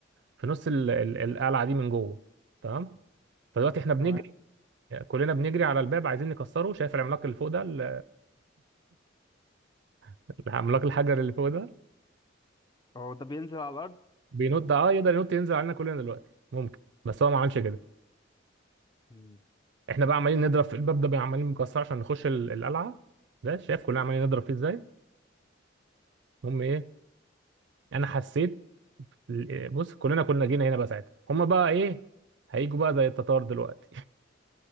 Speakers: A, on the right; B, on the left.
A: في نص ال ال- القلعه دي من جوه تمام فدلوقتي احنا بنجري
B: تمام
A: كلنا بنجري على الباب عايزين نكسره شايف العملاق اللي فوق ده ال- <laughs> العملاق الحجر اللي فوق ده
B: هو ده بينزل على الارض
A: بينط اه يقدر ينط ينزل علينا كلنا دلوقتي ممكن بس هو ما عملش كده
B: مم.
A: احنا بقى عمالين نضرب في الباب ده بقى عمالين مكسر عشان نخش ال- القلعه ده شايف كلنا عمالين نضرب فيه ازاي المهم ايه انا حسيت ال- بص كلنا كنا جينا هنا بقى ساعتها هما بقى ايه هيجوا بقى زي التتار دلوقتي